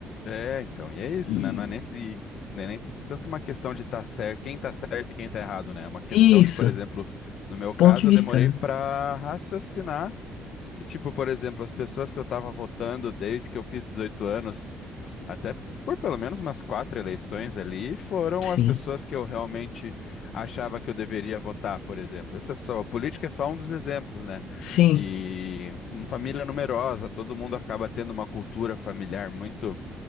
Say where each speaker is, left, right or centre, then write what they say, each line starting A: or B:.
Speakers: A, on the left (about 55°); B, on the left (about 75°).
A: É, então, e é isso,
B: E
A: né? Não é nem se, não é nem tanto uma questão de estar certo, quem tá certo e quem tá errado, né? É uma questão
B: isso,
A: de, por exemplo, no meu caso,
B: ponto de
A: eu
B: vista,
A: demorei
B: né?
A: para raciocinar se, tipo, por exemplo, as pessoas que eu tava votando desde que eu fiz 18 anos, até por pelo menos umas quatro eleições ali, foram
B: Sim,
A: as pessoas que eu realmente achava que eu deveria votar, por exemplo. Essa é só, a política é só um dos exemplos, né?
B: sim.
A: E uma família numerosa, todo mundo acaba tendo uma cultura familiar muito